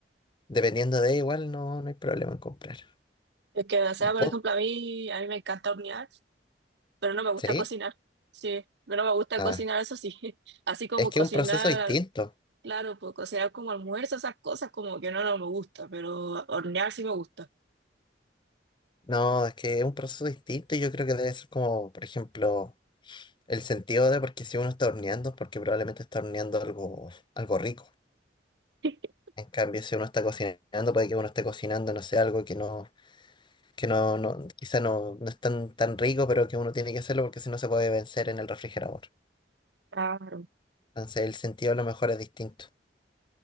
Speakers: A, on the left (about 25°); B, on the right (about 70°).
A: dependiendo de igual no, no hay problema en comprar.
B: Es que, o sea,
A: ¿Y
B: por
A: pot?
B: ejemplo, a mí, a mí me encanta hornear, pero no me gusta
A: ¿Sí?
B: cocinar. Sí, pero no me gusta
A: Ah,
B: cocinar, eso sí. <laughs> Así como
A: Es que
B: cocinar,
A: es un proceso distinto.
B: claro, pues cocinar como almuerzo, esas cosas como que no, no me gusta, pero hornear sí me gusta.
A: No, es que es un proceso distinto y yo creo que debe ser como, por ejemplo, el sentido de porque si uno está horneando, es porque probablemente está horneando algo, algo rico.
B: <laughs>
A: En cambio, si uno está cocinando, puede que uno esté cocinando, no sé, algo que no, que no, no, quizá no, no es tan, tan rico, pero que uno tiene que hacerlo porque si no se puede vencer en el refrigerador.
B: Claro.
A: Entonces, el sentido a lo mejor es distinto.